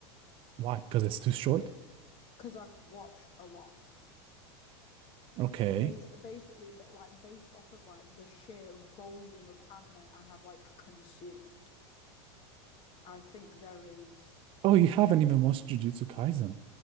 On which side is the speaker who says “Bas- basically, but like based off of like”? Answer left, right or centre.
Left